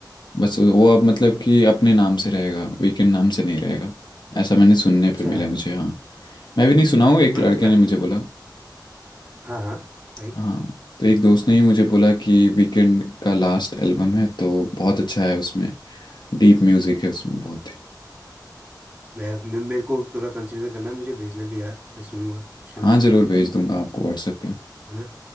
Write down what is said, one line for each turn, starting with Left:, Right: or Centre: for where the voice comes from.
Left: बस वो अब मतलब कि अपने नाम से रहेगा वीकेंड नाम से नहीं रहेगा ऐसा मैंने सुनने
Right: अच्छा
Left: पे मिला मुझे हाँ मैं भी नहीं सुना हूँ
Right: भाई
Left: एक लड़के
Right: मैं जा...
Left: ने मुझे बोला
Right: हाँ हाँ भाई
Left: हाँ तो एक दोस्त ने ही मुझे बोला कि वीकेंड का लास्ट एल्बम है तो बहुत अच्छा है उसमें डीप म्यूजिक है उसमें बहुत ही
Right: मैं, मैं मेरे को थोड़ा कंसिडर करना है मुझे भेजना भी यार मैं सुनूंगा श्योर
Left: हाँ जरूर भेज दूंगा आपको व्हाट्सएप पे
Right: है ना।